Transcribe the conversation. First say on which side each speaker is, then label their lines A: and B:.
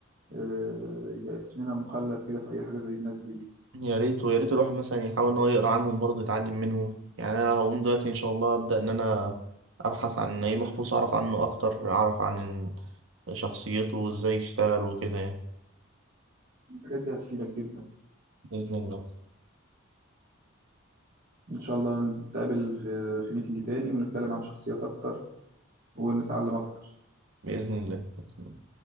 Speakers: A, on the right (about 45°); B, on the right (about 65°).
A: آه، يبقى اسمنا مخلد كده في اي حاجه زي الناس دي
B: يا ريت ويا ريت الواحد مثلا يحاول ان هو يقرا عنهم برضه يتعلم منهم يعني انا هقوم دلوقتي ان شاء الله ابدا ان انا ابحث عن نجيب محفوظ اعرف عنه اكتر اعرف عن شخصيته وازاي يشتغل وكده يعني
A: الحاجات دي هتفيدك جدا
B: باذن الله
A: ان شاء الله نتقابل في في ميتنج تاني ونتكلم عن شخصيات اكتر ونتعلم اكتر
B: باذن الله بإذن الله.